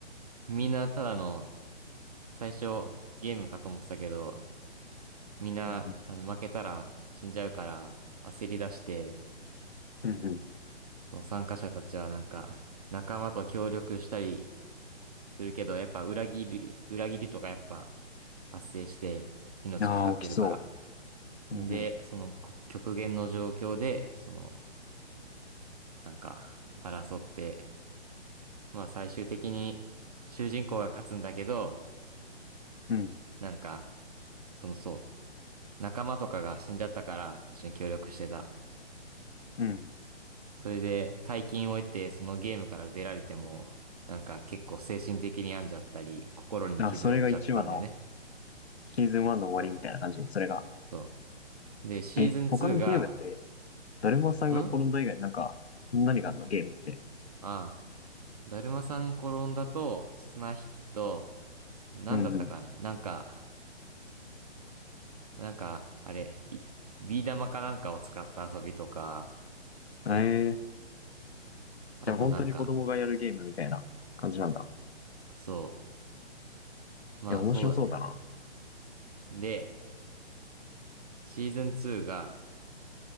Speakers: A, on the right; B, on the left.
A: みんなただの、最初ゲームかと思ってたけど、みんな、
B: うんうん。
A: あの、負けたら死んじゃうから、焦り出して、
B: うん
A: その参加者たちはなんか、仲間と協力したりするけど、やっぱ裏切り、裏切りとかやっぱ発生して、命かかってるから。
B: うん。ああ、起きそう。
A: で、
B: うん
A: そのこ極限の状況で、その、なんか、争って、まあ最終的に主人公が勝つんだけど、
B: うん。うん。
A: なんか、そのそう、仲間とかが死んじゃったから一緒に協力してた
B: うん。
A: それで大金を得てそのゲームから出られても、なんか結構精神的に病んじゃったり、心に傷を負っちゃったんだよね。
B: あ、それが1話のシーズン1の終わりみたいな感じ、
A: そう
B: それが。
A: そう。で、シーズン2が、
B: え、他のゲームって、だるまさんが転んだ以外なんか、
A: んあ
B: 何があるのゲームって。
A: あ、だるまさん転んだと、綱引きと、なんだったかななんか、
B: うんう
A: なんか、あれ、いビー玉かなんかを使った遊びとか、
B: ん。ええ、
A: あとなんか、
B: じゃあ本当に子供がやるゲームみたいな感じなんだ。
A: そう、まあそうだね。
B: え、面白そうだな。
A: で、シーズン2が、